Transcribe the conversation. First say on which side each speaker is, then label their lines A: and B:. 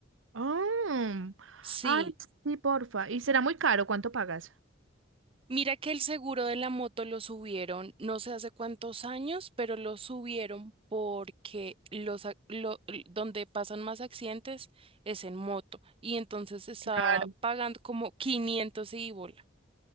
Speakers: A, on the right; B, on the right.
A: Ah,
B: Sí,
A: Ay, sí, porfa. ¿Y será muy caro? ¿Cuánto pagas?
B: mira que el seguro de la moto lo subieron, no sé hace cuántos años, pero lo subieron porque los, ac- lo- l- donde pasan más accidentes es en moto y entonces estaba
A: Claro.
B: pagando como 500 y bola